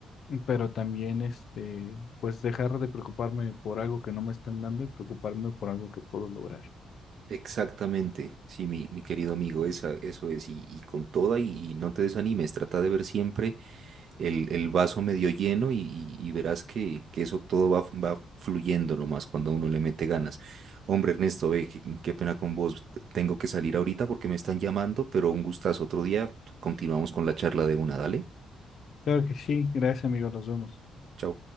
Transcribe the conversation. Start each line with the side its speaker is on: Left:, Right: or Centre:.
Left: pero también este pues dejar de preocuparme por algo que no me están dando y preocuparme por algo que puedo lograr.
Right: Exactamente, sí, mi, mi querido amigo, esa, eso es, y, y con toda, y, y no te desanimes, trata de ver siempre el, el vaso medio lleno y, y- y verás que, que eso todo va, va fluyendo nomás cuando uno le mete ganas. Hombre, Ernesto, ve, qué, qué pena con vos, tengo que salir ahorita porque me están llamando, pero un gustazo, otro día continuamos con la charla de una, dale,
Left: Claro que sí, gracias amigos, nos vemos.
Right: chao.